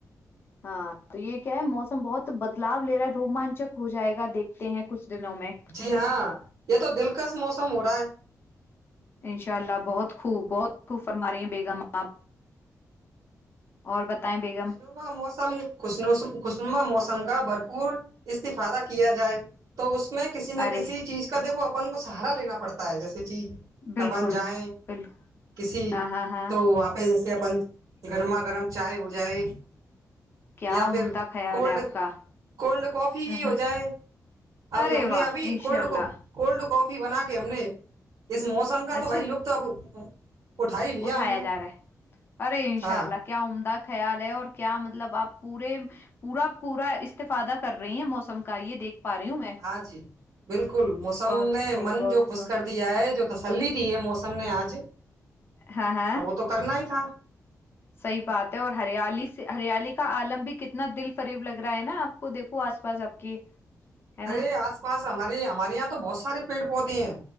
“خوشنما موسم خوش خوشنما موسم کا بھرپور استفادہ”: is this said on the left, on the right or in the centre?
Right